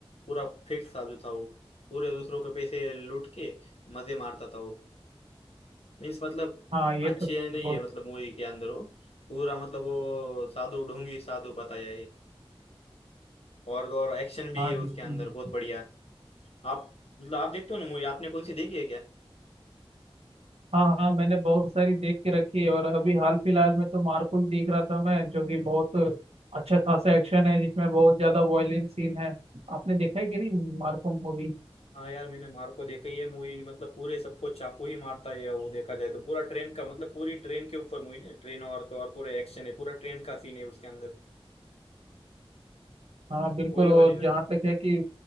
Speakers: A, on the left; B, on the right.
A: पूरा फेक साधु था वो पूरे दूसरों के पैसे लूट के मजे मारता था वो मीन्स मतलब
B: हाँ, ये
A: अच्छे
B: तो
A: नहीं
B: बहुत
A: है मतलब मूवी के अंदर वो पूरा मतलब वो साधु ढोंगी साधु बताया है और तो और एक्शन भी
B: हाँ
A: है
B: जी
A: उसके अंदर
B: जी।
A: बहुत बढ़िया आप मतलब आप देखते हो ना मूवी आपने कौन सी देखी है क्या
B: हाँ हाँ मैंने बहुत सारी देख के रखी है और अभी हाल फिलहाल में तो मार्को ही देख रहा था मैं जो कि बहुत अच्छा खासा एक्शन है जिसमें बहुत ज्यादा वायलेंस सीन है आपने देखा है कि नहीं मार्को मूवी
A: हाँ यार मैंने मार्को देखी है मूवी मतलब पूरे सबको चाकू ही मारता है वो देखा जाए तो पूरा ट्रेन का मतलब पूरी ट्रेन के ऊपर मूवी ना ट्रेन और तो और पूरा एक्शन है पूरा ट्रेन का सीन है उसके अंदर
B: हाँ बिल्कुल
A: वही
B: और
A: वाली
B: जहाँ
A: ना
B: तक है कि